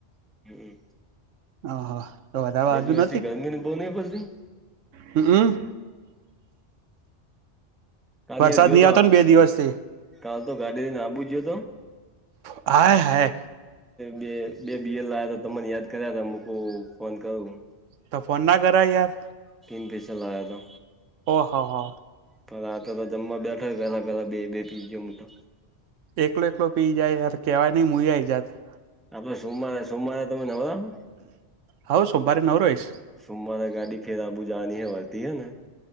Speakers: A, in the centre; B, on the right.
A: હમ્મ.
B: હા હા. તો વધારે
A: બે
B: વાગ્યું
A: દિવસ થી ગરમી બોની પડતી?
B: હુંકુ.
A: કાલ
B: વરસાદ
A: યાર જો
B: નહી
A: તો
B: આવતો
A: આ,
B: ને બે દિવસ થી
A: કાલ તો ગાડી લઈને આબુ ગ્યો તો.
B: આય હાય.
A: બે બે બિયર લાયા તો તમને યાદ કર્યા હતા મુકુ ફોન કરું.
B: તો ફોન ના કરાય યાર.
A: કિંગફિશર લાયો તો.
B: ઓહ હો હો.
A: પણ રાતે તો જમવા બેઠો પેલા પેલા બે બે પી ગયો હું તો.
B: એકલો એકલો પી જાય યાર કેવાય ની મુએ આઈ જાત.
A: આપડે સોમવારે સોમવારે તમે નવરા હો?
B: હા સોમવારે નવરો હોઈશ.
A: સોમવારે ગાડી ફેર આબુ જવાની હે હે વરદિ હે ને.